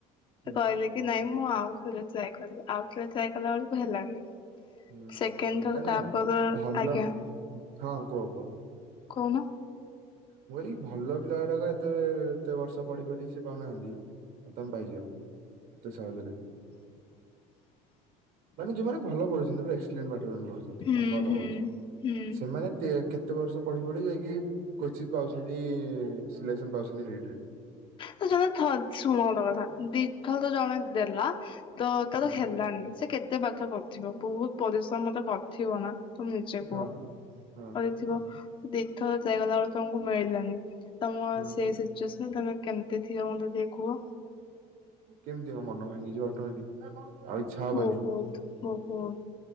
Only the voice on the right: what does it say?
ହୁଁ
ହୁଁ
ଆ ନା
ନା ଭଲ
ହଁ କୁହ କୁହ
ମୁଁ କହିଲି ଭଲ ପିଲା ଗୁରାକ ଏତେ ଏତେ ବର୍ଷ ପଢି ପଢି ସେ ପାଉନାହାନ୍ତି। ଆଉ ତମେ ପାଇଯିବ ଏତେ ସହଜରେ।
ମାନେ ଯୋଉମାନେ ଭଲ ପଢୁଛନ୍ତି ପୁରା ଏକ୍ସଲେନ ପାଠ ପଢ଼ୁଛନ୍ତି
ତାଙ୍କ କଥା
କହୁଚି
ସେମାନେ ତେ କେତେ ବର୍ଷ ପଢି ପଢି ଯାଇକି କୋଚିଂ ପାଉଚନ୍ତି ସିଲେକ୍ସନ ପାଉଛନ୍ତି ନୀଟ୍ରେ।
ହଁ
ହଁ
ହଁ
ହଁ
କେମିତି ମୋମନ ଭାଙ୍ଗିଯିବ ଅର୍ଟୋମେଟିକ ଆଉ ଇଚ୍ଛା ହବନି